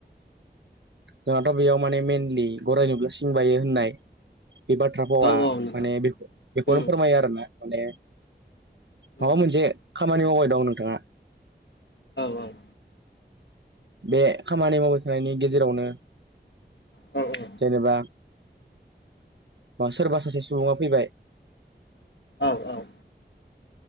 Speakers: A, on the right; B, on the left.
A: जोंहाथ' बेयाव माने मेइेनलि गराइ नुब्ला सिं बायो होननाय बे बाथ्रा भावा
B: औ औ नोंथां
A: माने बेखौनो
B: उम
A: फोरमायो आरोोना माने
B: उम
A: माबा मोनसे खामानि मावबाय दं नोंथाङा
B: औ औ
A: बे खामानि मावबाय थानायनि गेजेरावनो
B: औ औ।
A: जेनेबा सोरबा सासे सुबुङा फैबाय
B: औ औ।